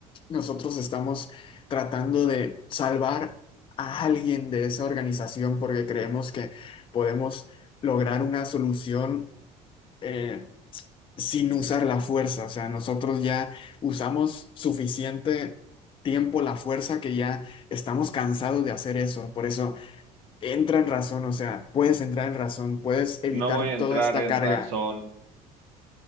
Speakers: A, on the left (about 30°); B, on the right (about 80°).
A: nosotros estamos tratando de salvar a alguien de esa organización porque creemos que podemos lograr una solución. eh, sin usar la fuerza. O sea, nosotros ya usamos suficiente tiempo la fuerza que ya estamos cansados de hacer eso. Por eso entra en razón, o sea, puedes entrar en razón, puedes evitar
B: no voy a
A: toda
B: entrar
A: esta
B: en
A: carga.
B: razón.